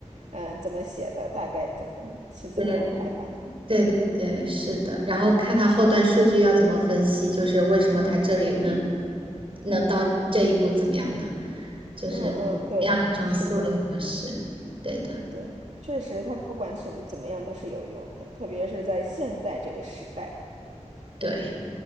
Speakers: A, on the right; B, on the right.
A: 嗯、怎么写的，大概怎么是怎么样排版的？
B: 对，对对对，
A: 嗯
B: 是的。然后看它后端数据要怎么分析，就是为什么它这里能能到这一步怎么样的，就是培养一种思维模式。
A: 嗯嗯，对，是的。
B: 对的，
A: 对，确实，他不管什么怎么样都是有用的，特别是在现在这个时代。
B: 对，